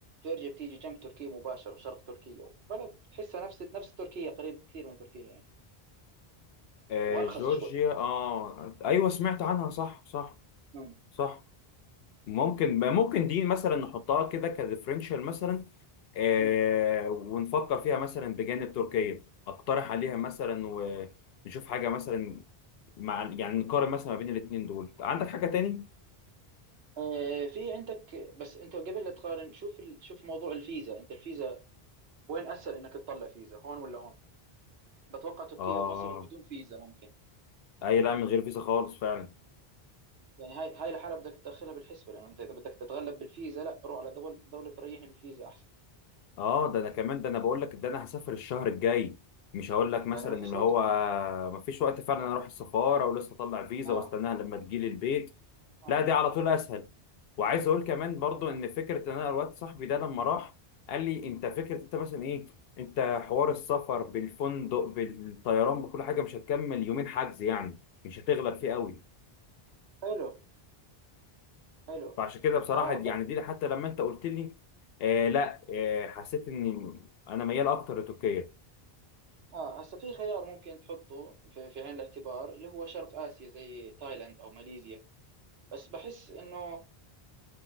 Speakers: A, on the right; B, on the left.
A: جورجيا بتيجي جنب تركيا مباشره شرق تركيا وبلد تحسها نفس نفس تركيا قريب كثير من تركيا يعني
B: آه،
A: وارخص
B: جورجيا
A: شوي كمان
B: اه ايوه سمعت عنها صح صح
A: مم.
B: صح ممكن ممكن دي مثلا نحطها كده كديفرنشال مثلا آه
A: مم.
B: ونفكر فيها مثلا بجانب تركيا اقترح عليها مثلا ونشوف حاجه مثلا مع يعني نقارن مثلا ما بين الاثنين دول عندك حاجه تاني
A: آه، في عندك بس انت قبل لا تقارن شوف ال... شوف موضوع الفيزا انت الفيزا وين اسهل انك تطلع فيزا هون ولا هون بتوقع تركيا
B: اه
A: ومصر بدون فيزا ممكن
B: اي لا من غير فيزا خالص فعلا
A: يعني هاي هاي الحالة بدك تدخلها بالحسبة لأنه أنت إذا بدك تتغلب بالفيزا لا روح على دول دولة بتريحني بالفيزا أحسن
B: اه ده انا كمان ده انا بقول لك ده انا هسافر الشهر الجاي مش هقول لك مثلا
A: يعني ما فيش
B: اللي
A: وقت
B: هو مفيش وقت فعلا أنا اروح السفاره ولسه اطلع فيزا
A: آه
B: واستناها لما تجيلي البيت
A: آه
B: لا دي على طول اسهل وعايز اقول كمان برضو
A: آه.
B: ان فكره ان انا الواد صاحبي ده لما راح قال لي انت فكره انت مثلا ايه انت حوار السفر بالفندق بالطيران بكل حاجه مش هتكمل يومين حجز يعني مش هتغلب فيه قوي
A: حلو حلو
B: فعشان كده بصراحه
A: آه
B: دي
A: ب...
B: يعني دي حتى لما انت قلت لي آه لا آه حسيت اني انا ميال اكتر لتركيا
A: آه هسا في خيار ممكن تحطه في, في عين الاعتبار اللي هو شرق آسيا زي تايلاند أو ماليزيا بس بحس إنه